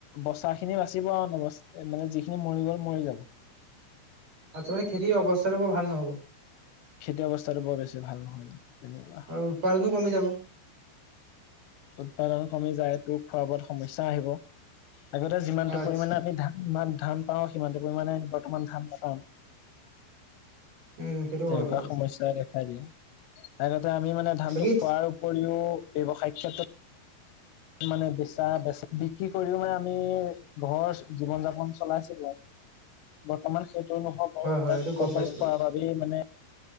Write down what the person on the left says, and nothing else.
বচা খিনি বাচিব আৰু নবচা এ মানে যিখিনি মৰি গ'ল মৰি যাব।
খেতি অৱস্থাটো বৰ বেছি ভাল নহল, তেনেকুৱা।
উৎপাদন কমি যায় তটো খোৱা বোৱাত সমস্যা আহিব, আগতে যিমানটো
পৰিমাণে আমি ধ ইমান ধান পাওঁ সিমানটো পৰিমাণে বৰ্তমান ধান নাপাওঁ।
তেনেকুৱা
সমস্যা দেখা দিয়ে, আগতে আমি মানে ধানটো
খোৱাৰ উপৰিও ব্যৱসায়িক ক্ষেত্ৰত মানে বেচা বেচ বিক্ৰী কৰিও মানে আমি ঘৰ জীৱন যাপন চলাইছিলো আৰু বৰ্তমান সেইটো নহব
তাত
অকল
খোৱাৰ
বাবেই মানে